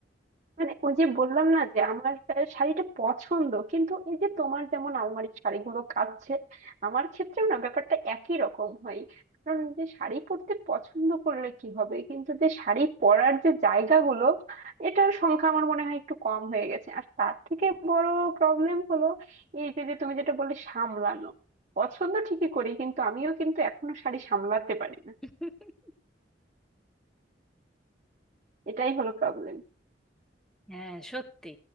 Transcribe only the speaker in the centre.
<laughs>
হ্যাঁ সত্যি